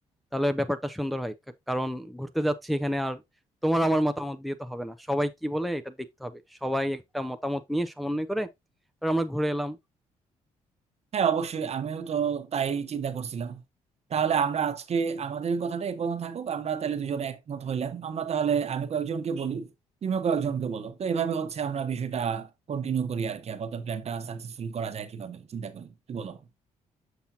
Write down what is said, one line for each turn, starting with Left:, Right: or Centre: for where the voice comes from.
Centre: তাহলে ব্যাপারটা সুন্দর হয় কা- কারণ ঘুরতে যাচ্ছি এখানে আর তোমার আমার মতামত দিয়ে তো হবে না সবাই কি বলে এটা দেখতে হবে সবাই একটা মতামত নিয়ে সমন্বয় করে তারপর আমরা ঘুরে এলাম
Right: হ্যাঁ অবশ্যই আমিও তো তাই চিন্তা করছিলাম তাহলে আমরা আজকে আমাদের কথাটা এ পর্যন্ত থাকুক আমরা তাহলে দুজনে একমত হইলাম আমরা তাহলে আমি কয়েকজনকে বলি তুমিও কয়েকজনকে বলো তো এভাবে হচ্ছে আমরা বিষয়টা কন্টিনিউ করি আর কি আপাতত প্ল্যানটা সাকসেসফুল করা যায় কিভাবে চিন্তা করি কি বলো